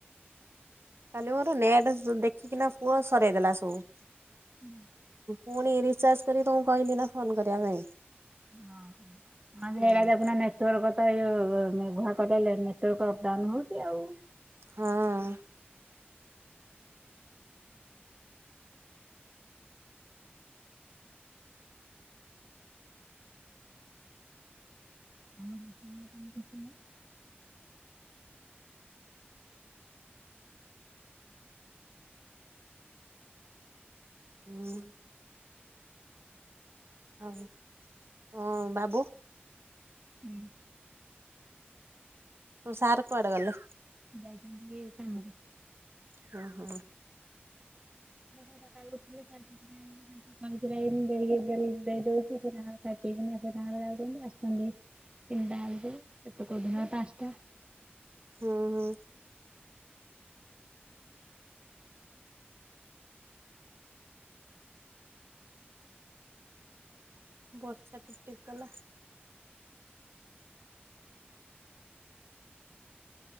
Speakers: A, on the right; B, on the right.
A: କାଲି ମୋର ନେଟ ଦେଖିକିନା ପୁଅ ସରେଇ ଦେଲା ସବୁ।
B: ହୁଁ।
A: ପୁଣି ରିଚାର୍ଜ କରି ତମକୁ କହିଲି ନା ଫୋନ କରିବା ପାଇଁ।
B: ହଁ। <unintelligible> ତୋର
A: ହଁ
B: ତ ଏ ଘଣ୍ଟା ଟା ଲେ ନେଟୱର୍କ ଅପଡାଉନ ହଉଛି ଆଉ।
A: ହଁ
B: <inaudible>
A: ହୁଁ ଆଉ ହଁ ବାବୁ।
B: ହୁଁ।
A: ତୋ ସାର୍ କୁଆଡ଼େ ଗଲେ?
B: ଯାଇଚନ୍ତି କାମକୁ।
A: ହଁ ହଁ
B: <inaudible> ପନିପରିବା ଦେ -ଦେ- ଦଉଚିା ଖିଆପିଆ କରିକି <unintelligible> ସେ ଗ ଯାଉଛନ୍ତି ଆସୁଛନ୍ତି ତିନିଟା ବେଳକୁ କୋଉଦିନ ପାଞ୍ଚଟା।
A: ହୁଁ ହୁଁ ବର୍ଷା ଟିପ ଟିପ କଲା।